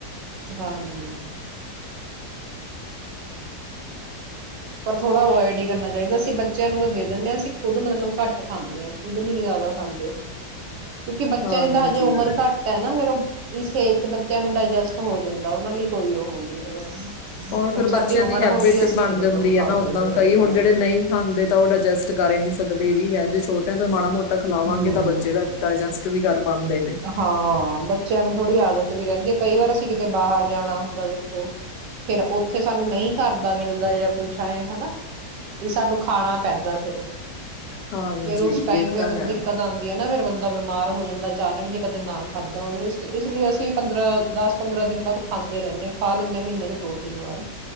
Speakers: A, on the right; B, on the left.
A: ਹਾਂਜੀ ਪਰ ਥੋੜ੍ਹਾ ਅਵੋਇਡ ਹੀ ਕਰਨਾ ਚਾਹੀਦਾ ਅਸੀਂ ਬੱਚਿਆਂ ਨੂੰ ਤਾਂ ਦੇ ਦਿੰਦੇ ਹਾਂ ਅਸੀਂ ਖੁੱਦ ਮਤਲਬ ਘੱਟ ਖਾਨੇ ਹਾਂ ਖੁਦ ਨੀ ਜ਼ਿਆਦਾ ਖਾਂਦੇ। ਕਿਉਂਕਿ ਬੱਚਿਆਂ
B: ਹਾਂਜੀ
A: ਦੀ ਤਾਂ ਹਜੇ ਉਮਰ ਘੱਟ ਹੈ ਨਾ ਫੇਰ ਉਹ ਇਸ ਏਜ ਚ ਬੱਚਿਆਂ ਨੂੰ ਡਾਇਜਸਟ ਹੋ ਜਾਂਦਾ ਉਹਨਾਂ ਲਈ ਕੋਈ ਉਹ ਨਹੀਂ ਹੈਗਾ।
B: ਹੋਰ ਫੇਰ
A: ਹੁਣ ਸਾਡੀ
B: ਬੱਚਿਆਂ
A: ਉਮਰ
B: ਦੀ ਹੈਬਿਟ
A: ਹੋ ਗਈ
B: ਵੀ
A: ਅਸੀਂ
B: ਬਣ
A: ਨੀ ਮਤਲਬ
B: ਜਾਂਦੀ। ਹੈ
A: ਖਾ
B: ਨਾ
A: ਸਕਦੇ
B: ਓਦਾਂ
A: ਹੈਗੇ
B: ਕਈ
A: ਜ਼ਿਆਦਾ
B: ਹੁਣ ਜਿਹੜੇ ਨਹੀਂ ਖਾਂਦੇ ਤਾਂ ਉਹ ਡਾਇਜਸਟ ਕਰ ਹੀ ਨੀ ਸਕਦੇ ਏ ਵੀ ਹੈ। ਛੋਟਿਆਂ ਤੋਂ ਮਾੜਾ ਮੋ ਖਲਾਵਾਂਗੇ
A: ਹਮ
B: ਤਾਂ ਬੱਚੇ ਦਾ ਡਾਇਜੈਸ ਵੀ ਕਰ ਪਾਉਂਦੇ ਨੇ
A: ਹਾਂ ਬੱਚਿਆਂ ਨੂੰ ਥੋੜ੍ਹੀ ਆਦਤ ਵੀ ਰਹਿੰਦੇ ਆ ਕਈ ਵਾਰ ਅਸੀਂ ਕਿਤੇ ਬਾਹਰ ਜਾਣਾ ਹੁੰਦਾ ਦੇਖੋ ਫਿਰ ਉਥੇ ਸਾਨੂੰ ਨਹੀਂ ਘਰਦਾ ਮਿਲਦਾ ਜਾਂ ਕੁਛ ਐਏ ਹਨਾ ਵੀ ਸਾਨੂੰ ਖਾਣਾ ਪੈਂਦਾ ਫਿਰ। ਫਿਰ
B: ਹਾਂਜੀ
A: ਉਸ ਟਾਈਮ
B: ਇਹ
A: ਫਿਰ
B: ਤਾਂ ਹੈ
A: ਦਿੱਕਤ ਆਉਂਦੀ ਹੈ, ਨਾ ਫੇਿਰ ਬੰਦਾ ਜਿਦਾ ਬਿਮਾਰ ਹੋ ਜਾਂਦਾ ਅਚਾਨਕ ਜੇ ਕਦੇ ਨਾ ਖਾਧਾ ਹੋਵੇ, ਇਸ ਲਈ ਅਸੀਂ ਪੰਦਰਾਂ ਦਸ ਪੰਦਰਾਂ ਦਿਨ ਬਾਅਦ ਖਾਂਦੇ ਰਹਿੰਦੇ ਖਾ ਲੈਂਦੇ ਹਾਂ, ਮਹੀਨੇ ਚ ਦੋ ਤਿੰਨ ਵਾਰ